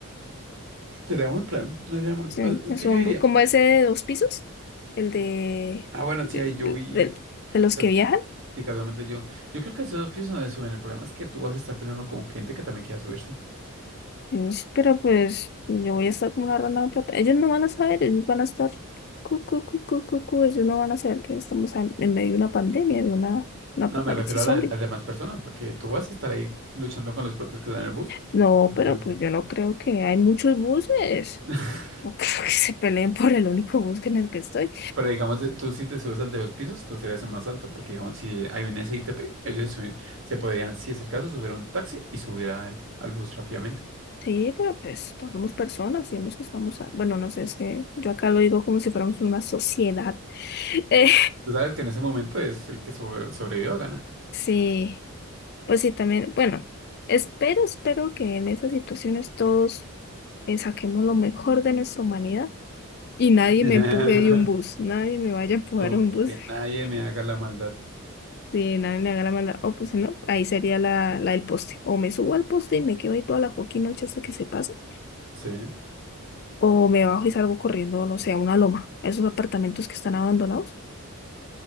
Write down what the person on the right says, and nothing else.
Sería buen plan. No sería mal-
ah, Es
que yo
diría,
ah, bueno,
sí, ahí
yo vi,
cas-
sí, casualmente yo, yo creo que esos pisos no se suben. El problema es que tú vas a estar peleando con gente que también quiera subirse.
No, me refiero a, la-
a las demás personas, porque tú vas a estar ahí luchando con los propios que están en el bus.
Suerte.
<laughs>
Pero digamos, eh, tú si te subes al de dos pisos, tú serías el más alto, porque digamos, si hay un SITP, ellos se, suben- se podrían, si es el caso, subir a un taxi y subir al, al bus rápidamente.
Tú sabes que en ese momento es el que sobre- sobrevivió gana.
<laughs>
Co-
Y
que
nadie me haga la maldad.
Sí,